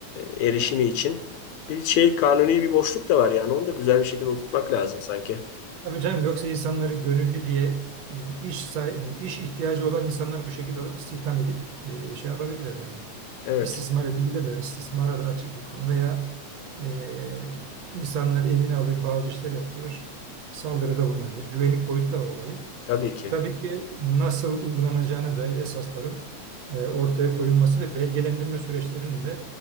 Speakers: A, on the left (about 75°); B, on the right (about 70°).
A: erişimi için bir şey kanuni bir boşluk da var yani onu da güzel bir şekilde oturtmak lazım sanki.
B: Tabii canım yoksa insanları gönüllü diye e, iş sahibi, iş ihtiyacı olan insanları bu şekilde alıp istihdam edip e, şey yapabilirler yani.
A: Evet,
B: İstismar edebilirler. İstismara da açık bir konu veya e, insanlar evini alır bazı işler yaptırır. Saldırıda bulunabilir. Güvenlik boyutu da var olayın.
A: tabii ki.
B: Tabii ki nasıl uygulanacağına dair esasların e, ortaya koyulması ve belgelendirme süreçlerinin de